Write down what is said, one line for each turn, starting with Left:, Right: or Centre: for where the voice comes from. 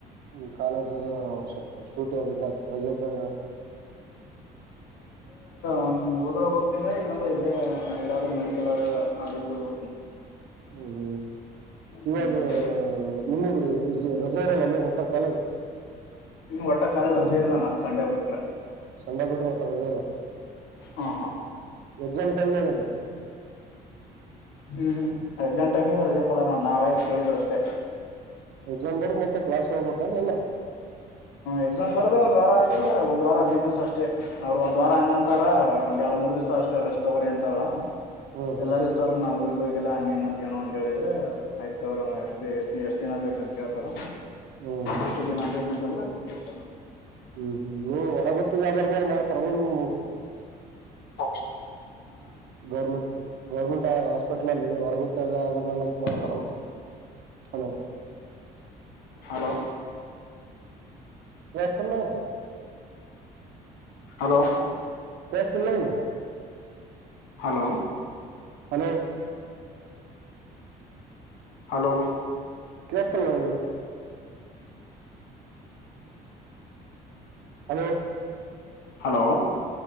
Right: ಹ್ಮ್ ಕಾಲೇಜಲ್ಲಿ ಸ್ವಲ್ಪ ಸೂಟಿಯಲ್ಲಿದ್ದಾಗ ರಜೆ ಇದ್ದಾಗ
Left: ಒಮ್ಮೆ ಹೋದರೆ ಹೋಗ್ತಾನೇ ಇಲ್ಲ ಅಂದ್ರೆ ಇಲ್ಲೇ ಎಲ್ಲಾದ್ರೂ ಆಗ್ಲೇ ಹೇಳಿ ಬರ್ತೀನಿ
Right: ಹ್ಮ್್ಮ್ ಇವಾಗ
Left: ಹ್ಮ್
Right: ನಿಮಗ ಇ ಹೋಗೆ ಇಲ್ಲ ಏನು ಒಟ್ಟ ಕಾಲೇಜ್
Left: ನಿಮಗೆ ವಟ ಕಾಲೇಜ ರಜೆ ಇಲ್ಲ ಅಣ್ಣ ಸಂಡೆ ಬಿಟ್ಟರು
Right: ಸಂಡೆ ಬಿಟ್ರು ವಟ ರಜೆ ಇಲ್ಲ
Left: ಹಾ ಹಾ
Right: ಎಕ್ಸಾಮ್ ಟೈಮ್ ನ ಹೇಗೆ
Left: ಹೂ ಹು ಅಣ್ಣಾ ಎಕ್ಸಾಮ್ ಟೈಮಲ್ಲೂ ರಜೆ ಕೊಡಲ್ಲ ನಾವಾಗಿ ಕೇಳಿದ್ರೆ ಅಷ್ಟೇ
Right: ಎಕ್ಸಾಮ್ ಬರೋದು ಮತ್ತು ಕ್ಲಾಸಿಗ್ ಹೋಗ್ಬೇಕ್ ಏನು
Left: ಎಕ್ಸಾಮ್ ಬರೆದು ಒಂದು ವಾರ ಅಂದ್ರು ಒಂದು ವಾರ ಹದಿನೈದು ದಿವಸ ಅಷ್ಟೇ ಅವರು ಒಂದು ವಾರ ಹಂಗನ್ತಾರ ಒಂದೆರಡು ಮೂರು ದಿವಸ ಅಷ್ಟೇ ರೆಸ್ಟ್ ತಗೋ ಅಂತಾರ
Right: ಹ್ಮ್ ಹ್ಮ್
Left: ಎಲ್ಲರೂ ಸರ್ ನಾವು ಊರಿಗೆ ಹೋಗುತ್ತೇವೆ ಎಲ್ಲಾ ಹಂಗ ಹೆಂಗ ಅಂತ ಏನೋ ಅಂತ ಹೇಳಿದ್ರೆ ಆಯ್ತ ಅವ್ರ ಎಷ್ಟು ಎಷ್ಟ ಎಷ್ಟ್ ದಿನ ಬೇಕ ಅಂತ ಕೇಳ್ತಾರ
Right: ಹ್ಮ್
Left: ಎಷ್ಟು ಜನ ಬೇಕಂತ ದಗದ ಬಿಟ್ಟು ಬಿಟ್ಟ
Right: ಹು ಹೂ ನೀ ಹೊರಗಿರತ್ತಿರಿ ಯಾವದಾರೂ ಕಮಲ ಹೂ
Left: ಅಕ್ಷ
Right: ಗೌರ್ಮೆಂಟ್ ಗೌರ್ಮೆಂಟ್ ಹಾಸ್ಪಿಟಲ್ ಅಲ್ಲಿ ಹೊರಗ್ ಹೋಗೋದು ಬಾಳ್ ಹೆಲ್ಪ್ ಮಾಡ್ತಾರೆ
Left: ಹಲೋ
Right: ಏನು ಹಲೋ
Left: ಹಲೋ
Right: ವೆಸ್ಟಾಲ್ಲಾ ಅದು.
Left: ಹಲೋ.
Right: ಕೆಸ್ತಿಲ್ಲ ಏನು.
Left: ಹಲೋ.
Right: ಹಲೋ
Left: ಹಲೋ
Right: ಕೆಳತಿಲ್ವ ಹಲೋ
Left: ಹಲೋ